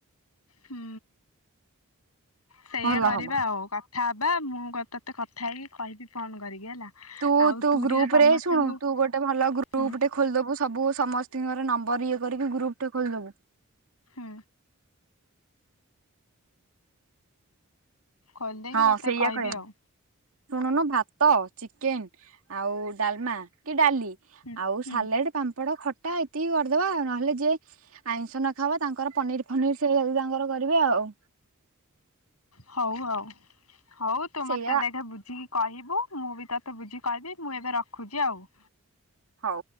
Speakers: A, on the left; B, on the right.
A: ହୁଁ ସେଇଆ
B: ଭଲ
A: କରିବା
B: ହବ
A: ଆଉ ପାପ୍ ଥା ବା ମୁଁ ତତେ କଥା ହେଇକି କହିବି ଫୋନ୍ କରିକି ହେଲା।
B: ତୁ
A: ଆଉ
B: ତୁ ଗ୍ରୁପ୍
A: ଟିକେ ସମସ୍ତଙ୍କୁ
B: ରେ ଶୁଣୁ ତୁ ଗୋଟେ ଭଲ ଗ୍ରୁପ୍
A: ହୁଁ
B: ଟେ ଖୋଲିଦବୁ ସବୁ ସମସ୍ତଙ୍କର ନମ୍ବର ଇଏ କରିକି ଗ୍ରୁପ୍ ଟେ ଖୋଲିଦବୁ।
A: ହୁଁ। ଖୋଲିଦେଇକି
B: ହଁ
A: ତତେ
B: ସେଇଆ
A: କହିବି
B: କରିବା
A: ଆଉ।
B: ଶୁଣୁନୁ ଭାତ ଚିକେନ୍ ଆଉ ଡାଲମା କି ଡାଲି।
A: ହୁଁ
B: ଆଉ
A: ହୁଁ
B: ସାଲେଡ, ପାମ୍ପଡ, ଖଟା ଏଇତିକି କରିଦବା ଆଉ ନହେଲେ ଯିଏ ଆଇଁଷ ନ ଖବା ତାଙ୍କର ପନିର ଫନିର ସେଇଦି ତାଙ୍କର କରିବେ ଆଉ।
A: ହଉ ଆଉ ହଉ ତୁ ମତେ
B: ସେଇଆ
A: ଦେଖ ବୁଝିକି କହିବୁ ମୁଁ ବି ତୋତେ ବୁଝି କହିବି ମୁଁ ଏବେ ରଖୁଛି ଆଉ।
B: ହଉ।